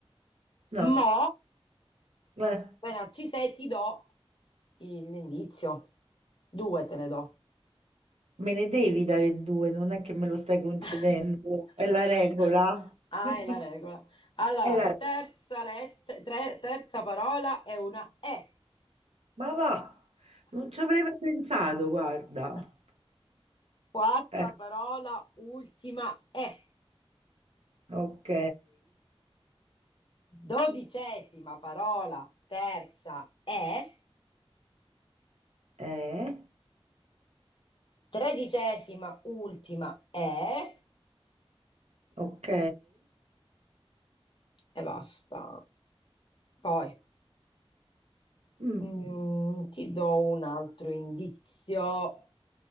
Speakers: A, on the right; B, on the left.
A: No.
B: Mo,
A: Eh.
B: appena ci sei, ti do il- l'indizio. Due te ne do.
A: Me ne devi dare due, non è che me lo stai concedendo,
B: <laughs>
A: è la regola.
B: Ah,
A: <laughs>
B: è la regola. Allora,
A: È la regola.
B: terza, let- tre- terza parola è una E.
A: Ma va, non ci avrei mai pensato, guarda.
B: <laughs> Quarta
A: Eh,
B: parola, ultima E.
A: ok,
B: Dodicesima parola, terza E.
A: eh,
B: Tredicesima, ultima E.
A: ok.
B: E basta. Poi
A: Mm,
B: mm, ti do un altro indizio.